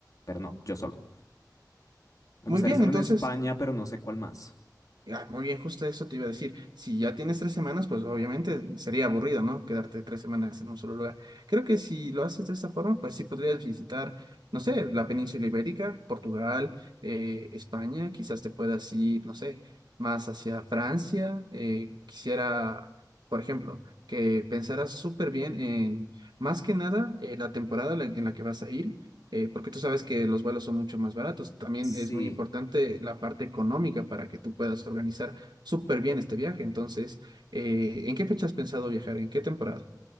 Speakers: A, on the left; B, on the right.
A: pero no, yo solo. Me
B: Muy
A: gustaría
B: bien,
A: estar
B: entonces
A: en España, pero no sé cuál más.
B: Ah, muy bien, justo eso te iba a decir. Si ya tienes tres semanas, pues obviamente sería aburrido, ¿no? Quedarte tres semanas en un solo lugar. Creo que si lo haces de esta forma, pues sí podrías visitar, no sé, la península ibérica, Portugal, eh, España, quizás te puedas ir, no sé, más hacia Francia. Eh, quisiera, por ejemplo, que pensaras súper bien en, más que nada, eh, la temporada la- en la que vas a ir eh, porque tú sabes que los vuelos son mucho más baratos. También
A: Sí.
B: es muy importante la parte económica para que tú puedas organizar súper bien este viaje. Entonces, eh, ¿en qué fecha has pensado viajar? ¿En qué temporada?